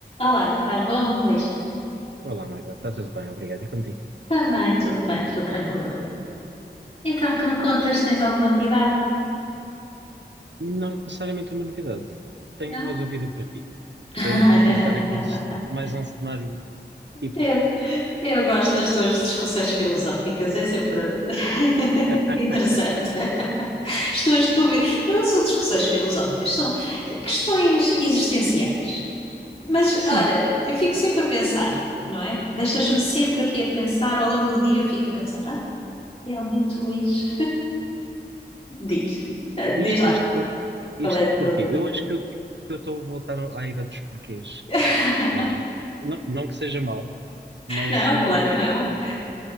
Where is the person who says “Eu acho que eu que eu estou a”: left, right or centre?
Right